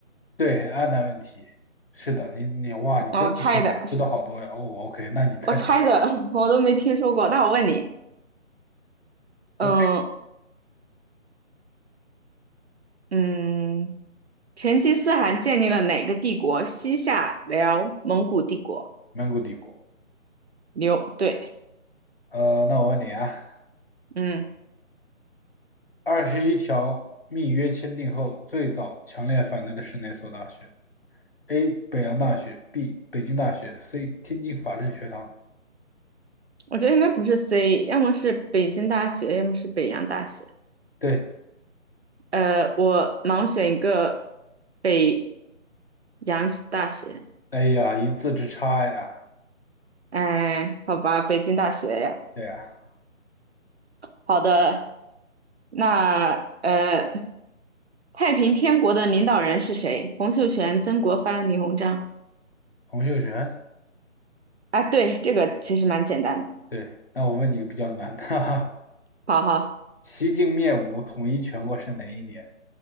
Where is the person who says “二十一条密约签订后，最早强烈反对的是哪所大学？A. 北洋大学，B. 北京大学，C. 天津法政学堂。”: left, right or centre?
Left